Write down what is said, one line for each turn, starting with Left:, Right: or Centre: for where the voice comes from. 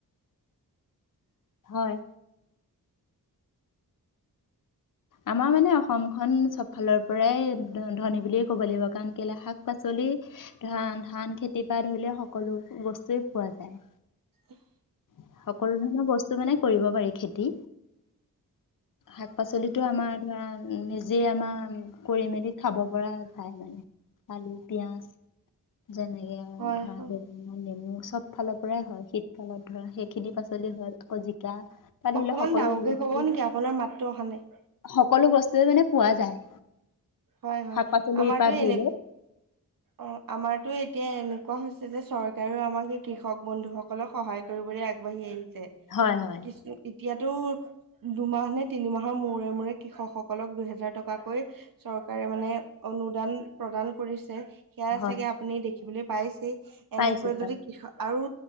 Left: হয়। আমাৰ মানে অসমখন চবফালৰ পৰাই ধ ধনী বুলিয়েই ক'ব লাগিব কাৰণ কেলে শাক-পাচলি এ হে ধান ধান খেতিৰ পৰা ধৰিলে সকলো বস্তুৱে পোৱা যায়।
Right: উমহ।
Left: হে আ, সকলো ধৰণৰ বস্তু মানে কৰিব পাৰি খেতি। শাক-পাচলিটো আমাৰ যাম, নিজেই আমাৰ কৰি মেলি খাব পৰা ঠাই লাগে। আলু পিঁয়াজ যেনেকে আৰু
Right: হয়
Left: ভাত
Right: হয়
Left: নেম নেমু চব ফালৰ পৰাই হয় শীতকালত ধৰা সেইখিনি পাচলি হয় আকৌ জিকা। বা ধৰি
Right: অকমান
Left: লওক সকলো
Right: ডাঙৰকৈ
Left: বস্তু
Right: ক'ব নেকি আপোনাৰ মাততো অহা নাই।
Left: সকলো বস্তুৱেই মানে পোৱা যায়।
Right: হয় হয়,
Left: শাক পাচলিৰ
Right: আমাৰতো
Left: পৰা
Right: এনে
Left: ধৰি লৈ
Right: অ' আমাৰটো এতিয়া এনেকুৱা হৈছে যে চৰকাৰেও আমাৰ সেই কৃষক বন্ধু সক সকলোৱে সহায় কৰিবলৈ আগবাঢ়ি আহিছে।
Left: হয় হয় হয়।
Right: দিছনো এতিয়া তোৰ দুমাহ নে তিনিমাহৰ মূৰে-মূৰে কৃষক সকলক দুইহেজাৰ টকাকৈ হে এ চৰকাৰে মানে অনুদান প্ৰদান কৰিছে, সেয়া
Left: হয়
Right: চাগে আ আপুনি দেখিবলৈ পাইছেই ই ই ই
Left: পাইছো
Right: এনেকৈ
Left: পাইছো
Right: যদি কৃষ আৰু